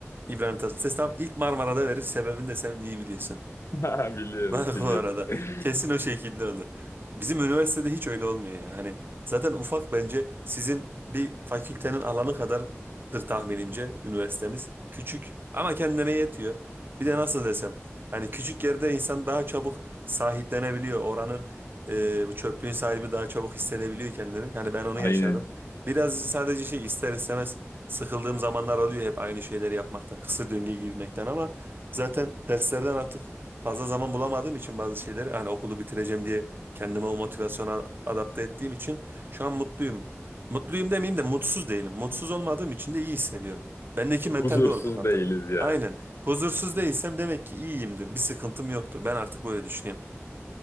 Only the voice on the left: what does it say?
<laughs> Biliyorum,
biliyorum.
<laughs>
Aynen.
Huzursuz
değiliz yani.